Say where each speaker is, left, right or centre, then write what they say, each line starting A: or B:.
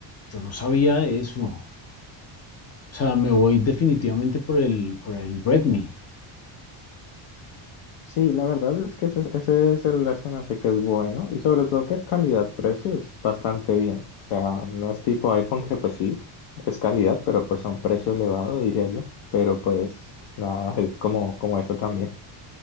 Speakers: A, on the left; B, on the left.
A: Yo no sabía eso. O sea, me voy definitivamente por el, por el Redmi.
B: Sí, la verdad es que ese, ese celular se me hace que es bueno y sobre todo que calidad-precio es bastante bien. O sea, no es tipo iPhone que pues sí, es calidad, pero pues a un precio elevado diría yo. Pero pues nada, <laughs> es como, como eso también.